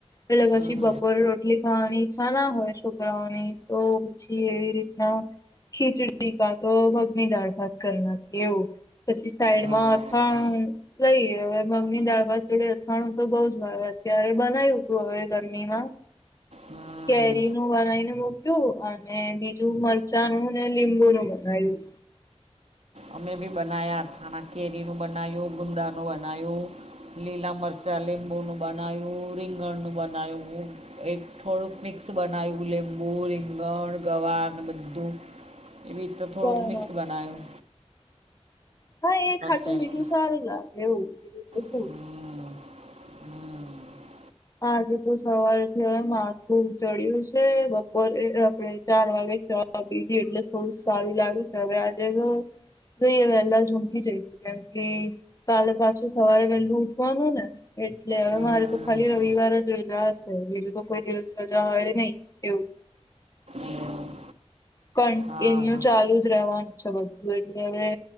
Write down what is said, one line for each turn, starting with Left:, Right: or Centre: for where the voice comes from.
Left: એટલે
Right: હમ હમ
Left: પછી બપોરે રોટલી ખાવાની ઈચ્છા ના હોય છોકરાઓની તો પછી એવી રીતના ખીચડી કાતો મગની દાળ ભાત કરી નાખીએ એવું. પછી સાઈડમાં
Right: હા
Left: અથાણું લઈએ. હવે મગ ની દાળ ભાત જોડે અથાણું તો બઉ જ આવે અત્યારે બનાવ્યું તું હવે ગરમી માં
Right: હમ
Left: કેરી નું બનાવીને મૂક્યું અને બીજું મરચાં નું ને લીંબુ નું બનાવ્યું.
Right: અમે બી બનાયા થાણા કેરીનું બનાવ્યું ગુંદાનું બનાવ્યું. લીલા મરચાં લીંબુ નું બનાવ્યું, રીંગણ નું બનાવ્યું. એક થોડુંક મિક્સ બનાવ્યું લીંબુ, રીંગણ, ગવાર, ને બધ્ધુ. એવી રીતે થોડુંક
Left: બરાબર
Right: મિક્સ બનાવે.
Left: હા એ ખાટું
Right: ટેસ્ટ
Left: મીઠું સારું લાગે એવું બીજું તો શું.
Right: હમ હમ
Left: આજે તો સવારેથી હવે માથું ચડ્યું છે બપોરે આપડે ચાર વાગે પીધી એટલે થોડું સારું લાગે છે હવે આજે તો જોઈએ વહેલા જ <unintelligible> જઈશું કેમ કે કાલે પાછું સવારે વલ્લુ ઉઠવાનું ને એટલે હવે
Right: હમ
Left: મારે તો ખાલી રવિવાર જ રજા હશે બીજું તો કોઈ દિવસ રજા હોય નહી એવુ.
Right: એવું
Left: કન
Right: હા
Left: એન્યુ
Right: હા
Left: ચાલુ જ રહેવાનું છે બધું એટલે હવે